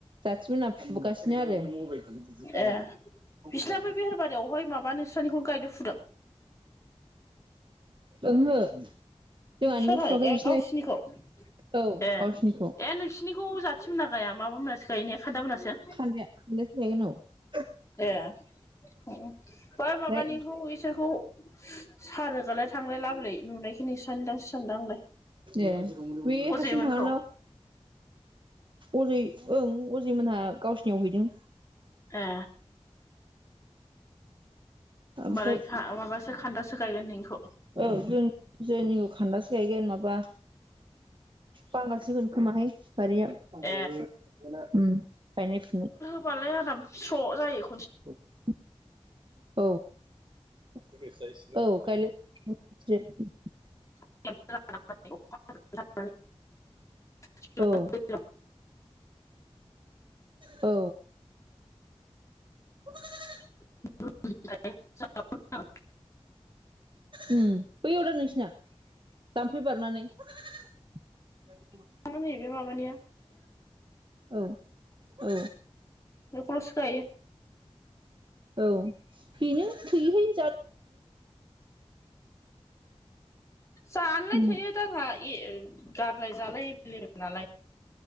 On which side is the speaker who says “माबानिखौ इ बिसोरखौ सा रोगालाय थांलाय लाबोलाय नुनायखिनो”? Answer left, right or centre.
Left